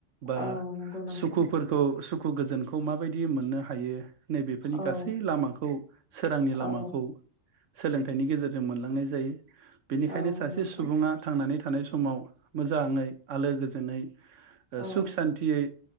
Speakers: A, on the right; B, on the left.
A: बा
B: औ नंगौ नोंथां
A: सुखुफोरखौ सुख खु गोजोनखौ माबायदि मोननो हायो नैबेफोरनि
B: औ
A: गासै लामाखौ सोरांनि
B: औ
A: लामाखौ सोलोंथाइनि गेजेर जों मोनलांनाय जायो। बेनिखायनो
B: औ
A: सासे
B: नंगौ नोंथां
A: सुबुङा थांनानै थानाय समाव मोजाङै आलो गोजोनै ओ
B: औ
A: सुख सान्थियै